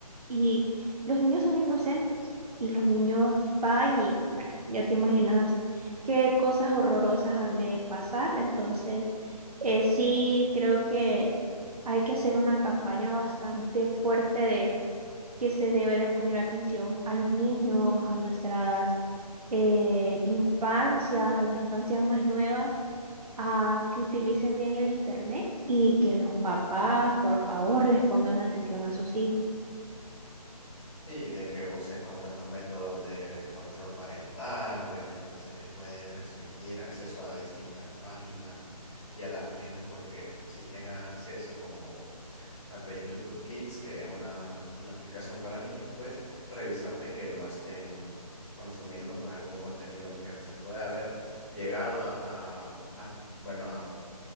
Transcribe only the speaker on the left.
Sí, de que usen como estos métodos de control parental, obviamente se les puede restringir acceso a distintas páginas y a las páginas pues que sí tengan acceso como tal vez YouTube Kids, que es una, una aplicación para niños, pues revisar de que no estén consumiendo pues algún contenido que se pueda haber llegado a, a- a, bueno, a